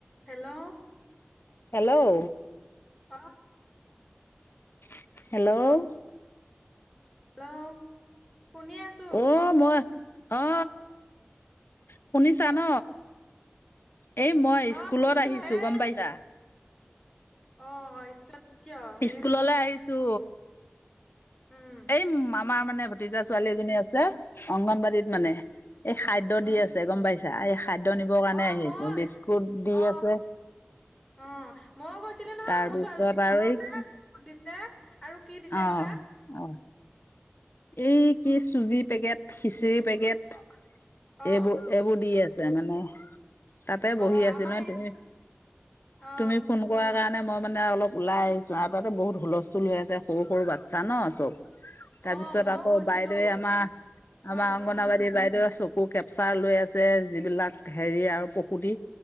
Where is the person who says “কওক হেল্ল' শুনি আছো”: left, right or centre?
Centre